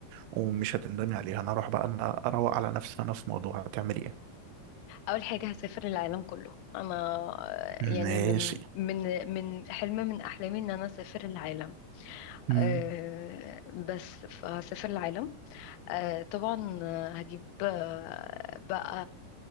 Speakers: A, on the right; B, on the left.
A: ومش هتندمي عليها انا اروح بقى انا اروق على نفسي انا في موضوع هتعملي ايه
B: اول حاجه هسافر العالم كله انا آه،
A: <laughs>
B: يعني
A: ماشي
B: من من من حلم من احلامي ان انا اسافر العالم
A: امم
B: أه بس فهسافر العالم أه طبعا آه، هجيب آه، بقى